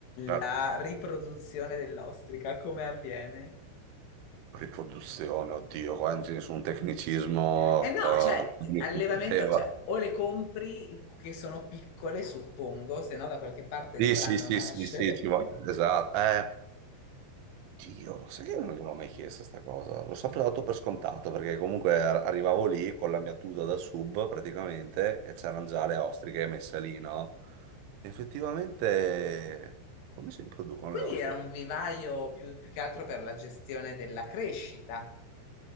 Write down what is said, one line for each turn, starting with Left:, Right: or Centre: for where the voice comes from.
Right: Certo.
Left: La riproduzione dell'ostrica come avviene?
Right: Riproduzione, oddio, qua non c'è nessun tecnicismo
Left: Eh no,
Right: eh,
Left: cioè,
Right: <laughs> che mi
Left: allevamento,
Right: competeva.
Left: cioè, o le compri che sono piccole, suppongo, se no da qualche parte
Right: Sì,
Left: dovranno
Right: sì, sì,
Left: nascere.
Right: sì, sì, ci vuole-
Left: <laughs>
Right: esatto. Eh, Dio, sai che non l'ho mai chiesto sta cosa? L'ho sempre dato per scontato perché comunque a- arrivavo lì con la mia tuta da sub praticamente e c'erano già le ostriche messe lì, no? Effettivamente, come si riproducono
Left: Quindi
Right: le ostriche?
Left: era un vivaio più, più che altro per la gestione della crescita.